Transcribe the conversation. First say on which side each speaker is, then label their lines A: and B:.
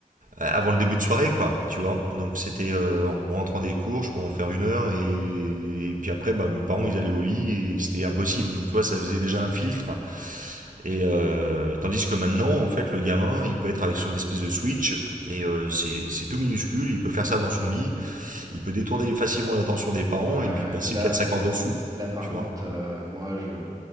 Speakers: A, on the right; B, on the right.
A: euh, avant le début de soirée, quoi, tu vois. Donc c'était euh, en rentrant des cours, je pouvais en faire une heure, et, et puis après, bah, mes parents, ils allaient au lit, et c'était impossible. Donc tu vois, ça faisait déjà un filtre. Et euh, tandis que maintenant, en fait, le gamin, il peut être avec son espèce de switch, et euh, c'est c'est tout minuscule, il peut faire ça dans son lit, il peut détourner facilement l'attention des parents,
B: Ouais,
A: et puis passer
B: là,
A: quatre cinq heures dessus,
B: là par
A: tu
B: contre,
A: vois.
B: euh, moi, je.